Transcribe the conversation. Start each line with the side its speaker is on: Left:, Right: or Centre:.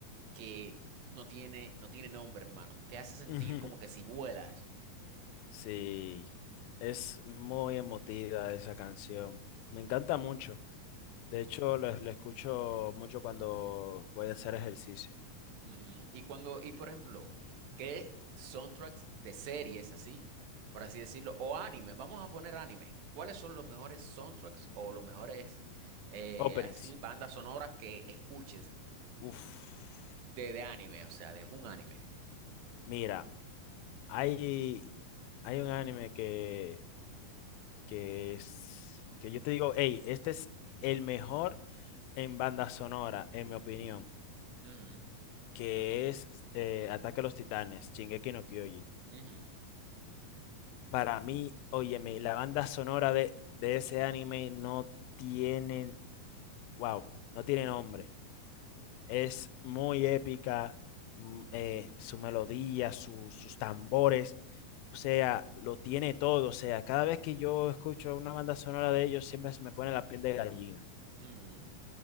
Right: que no tiene, no tiene nombre, hermano. Te hace sentir
Left: <laughs>
Right: como que si vuelas.
Left: Sí, es muy emotiva esa canción. Me encanta mucho. De hecho, la la escucho mucho cuando voy a hacer ejercicio.
Right: Ujú. Y cuando, y por ejemplo, ¿qué soundtracks de series así, por así decirlo, o animes? Vamos a poner animes. ¿Cuáles son los mejores soundtracks o los mejores eh,
Left: Openings.
Right: así bandas sonoras que escuches
Left: Uf.
Right: de, de anime, o sea, de algún anime?
Left: Mira, hay, hay un anime que que es, que yo te digo, hey, este es el mejor en banda sonora, en mi opinión,
Right: Ujú,
Left: que es eh, Ataque a los Titanes, Shingeki no Kyoji.
Right: ujú,
Left: Para mí, óyeme, la banda sonora de, de ese anime no tiene, wow, no tiene nombre. Es muy épica, mm, eh, su melodía, su- sus tambores, o sea, lo tiene todo. O sea, cada vez que yo escucho una banda sonora de ellos, siempre se me pone la piel de gallina.
Right: ujú.